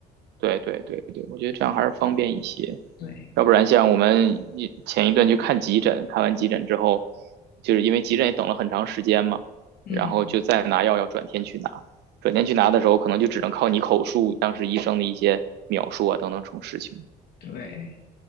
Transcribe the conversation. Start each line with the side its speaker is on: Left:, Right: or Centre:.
Right: 对对对对，我觉得这样还是方便一些。
Left: 对，
Right: 要不然像我们一前一段去看急诊，看完急诊之后，就是因为急诊也等了很长时间嘛，
Left: 嗯，
Right: 然后就再拿药要转天去拿，转天去拿的时候可能就只能靠你口述当时医生的一些描述啊等等这种事情。
Left: 对。